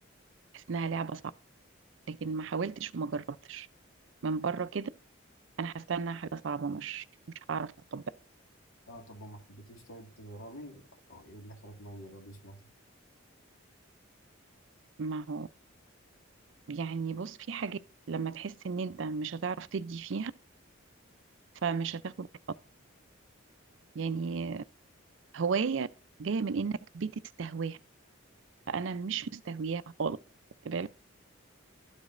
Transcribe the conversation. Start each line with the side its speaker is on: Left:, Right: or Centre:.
Right: بحس انها لعبه صعبه لكن ما حاولتش وما جربتش من بره كده انا حاسه انها حاجه صعبه مش مش هعرف اتقبلها
Left: اه طب وما حبيتيش طيب تجربي او ايه اللي خلاك ما تجربيش مثلا؟
Right: ما هو يعني بص في حاجات لما تحس ان انت مش هتعرف تدي فيها فمش هتاخد الخطوه يعني هوايه جايه من انك بتستهواها فانا مش مستهوياها خالص خدت بالك